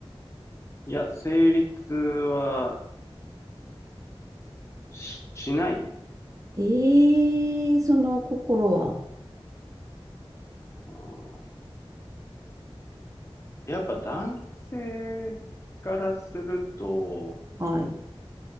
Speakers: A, on the left; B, on the right.
A: いや、成立はし、しないね。
B: ええその心は。
A: うんやっぱ男性からすると、
B: はい。